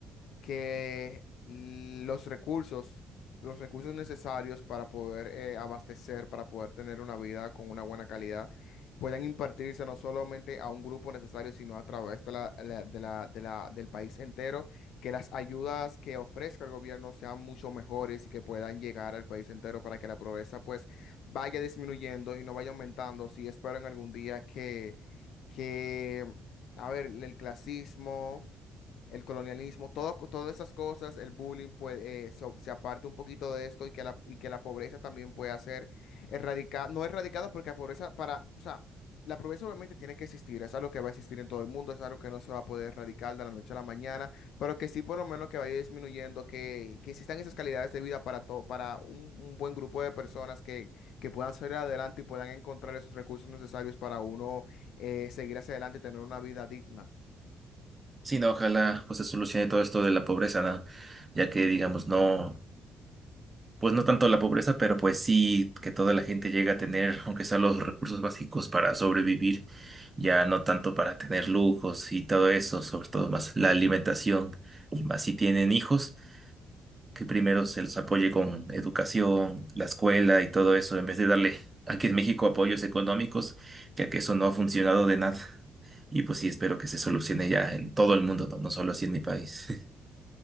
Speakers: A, on the left (about 60°); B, on the right (about 25°).
A: que los recursos, los recursos necesarios para poder eh, abastecer, para poder tener una vida con una buena calidad, puedan impartirse no solamente a un grupo necesario, sino a través de la, la- de la- de la- del país entero, que las ayudas que ofrezca el gobierno sean mucho mejores y que puedan llegar al país entero para que la pobreza pues vaya disminuyendo y no vaya aumentando. Sí, espero en algún día que, que, a ver, el clasismo el colonialismo, todo, todas esas cosas, el bullying, pues eh, se, se aparte un poquito de esto y que la, y que la pobreza también pueda ser erradicada, no erradicada porque la pobreza para, o sea, la pobreza obviamente tiene que existir, es algo que va a existir en todo el mundo, es algo que no se va a poder erradicar de la noche a la mañana, pero que sí por lo menos que vaya disminuyendo, que, que existan esas calidades de vida para todo, para un, un buen grupo de personas que, que puedan salir adelante y puedan encontrar esos recursos necesarios para uno eh, seguir hacia adelante y tener una vida digna.
B: Sí, no, ojalá pues se solucione todo esto de la pobreza, ¿no? Ya que digamos, no, pues no tanto la pobreza, pero pues sí que toda la gente llegue a tener, aunque sea los recursos básicos para sobrevivir, ya no tanto para tener lujos y todo eso, sobre todo más la alimentación, y más si tienen hijos que primero se les apoye con educación, la escuela y todo eso, en vez de darle aquí en México apoyos económicos, ya que eso no ha funcionado de nada. Y pues sí, espero que se solucione ya en todo el mundo, no, no solo así en mi país. <laughs>